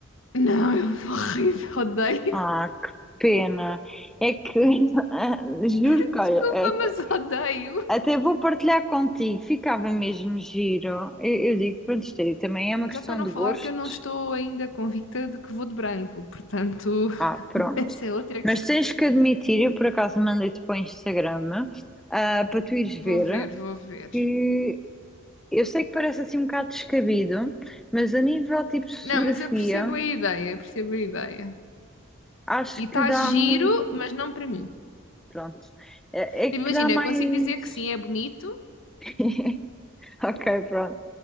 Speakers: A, on the left; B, in the centre.
A: não, é <laughs> horrível, odeio.
B: Ah, que pena. É que, <laughs> juro
A: <laughs>
B: que, olha,
A: Desculpa,
B: até
A: mas odeio.
B: até vou partilhar contigo, ficava mesmo giro. Eu, eu digo, pronto, isto aí também é uma questão
A: Já para não
B: de
A: falar
B: gostos.
A: que eu não estou ainda convicta de que vou de branco, portanto, <laughs>
B: Ah, pronto.
A: essa é outra questão.
B: Mas tens que admitir, eu por acaso mandei-te para o Instagram, ah, para tu ires
A: Vou
B: ver,
A: ver, vou ver.
B: que eu sei que parece assim um bocado descabido, mas a nível tipo de fotografia,
A: Não, mas eu percebo a ideia, eu percebo a ideia.
B: acho
A: E está
B: que dá
A: giro,
B: muito,
A: mas não para mim.
B: pronto, é é
A: Tipo,
B: que
A: imagina,
B: dá mais...
A: eu consigo dizer que sim, é bonito,
B: <laughs> Ok, pronto.